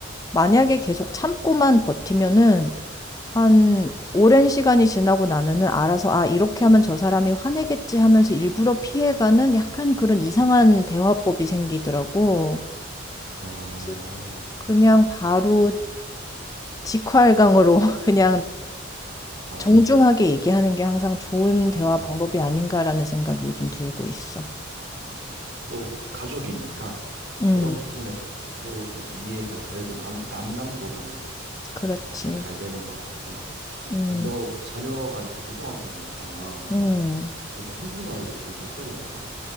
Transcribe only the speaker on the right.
어,
맞아.
음.
음. 또 가족이니까
그런 부분에 있어서도 서로 좀 이해가 그래도 남, 남남보다는
더 잘 되는 것 같고.
아니, 너 자녀가 이제 고등학생이니까
이렇게 한국 나이로 그럼 몇 살인 거야?